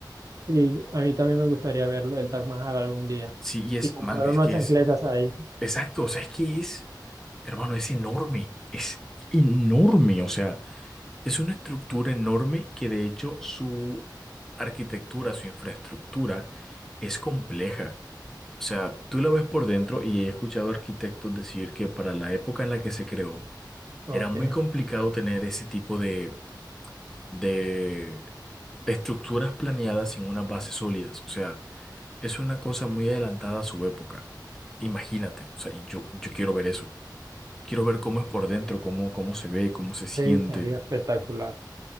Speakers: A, on the right; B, in the centre.
A: Y a mí también me gustaría verlo, el Taj Mahal algún día.
B: Sí, y es,
A: Y comprar
B: man, es
A: unas
B: que
A: chancletas
B: es,
A: ahí.
B: exacto, o sea, es que es, hermano, es enorme, es enorme, o sea. Es una estructura enorme que de hecho su arquitectura, su infraestructura es compleja. O sea, tú la ves por dentro y he escuchado arquitectos decir que para la época en la que se creó
A: Ok,
B: era muy complicado tener ese tipo de, de estructuras planeadas sin unas bases sólidas. O sea, es una cosa muy adelantada a su época. Imagínate, o sea, y yo, yo quiero ver eso. Quiero ver cómo es por dentro, cómo, cómo se ve, cómo se siente.
A: sí, sería espectacular.